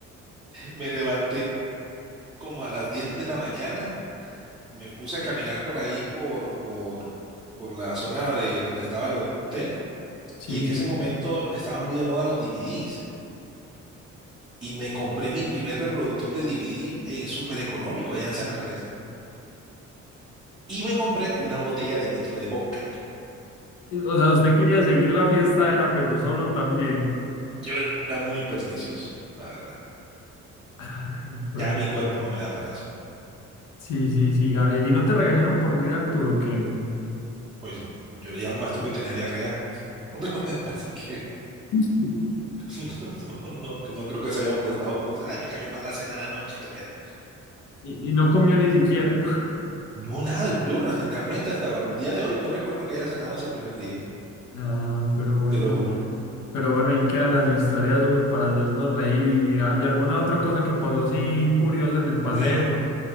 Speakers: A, on the right; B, on the left.
A: me levanté como a las 10 de la mañana, me puse a caminar por ahí, por, por, por la zona de donde estaba el hotel,
B: Sí,
A: y en
B: sí.
A: ese momento estaba muy de moda los DVDs, y me compré mi primer reproductor de DVD en súper económico allá en San Andrés, y me compré una botella de litro de vodka.
B: O sea, usted quería seguir la fiesta, era, pero solo también.
A: Yo era muy pernicioso, la verdad.
B: Ay, juego.
A: Ya mi cuerpo no me da para eso.
B: Sí, sí, sí, Gabriel. ¿Y no te regañaron por no ir al tour o qué?
A: Pues yo le dije al maestro que tenía diarrea, <laughs> así que
B: <laughs>
A: <laughs> no, no, no creo que se haya molestado por eso. Ay, me cayó mal la cena de anoche, qué pena.
B: Y, y no comió ni siquiera. <laughs>
A: No, nada, yo re- realmente hasta el día de hoy no recuerdo que haya cenado ese primer día,
B: Ah, pero bueno.
A: te lo juro.
B: Pero bueno, ahí quedan las historias, hombre, para hacernos reír. Y, ah, y alguna otra cosa que pasó así curiosa en el paseo.
A: Bueno,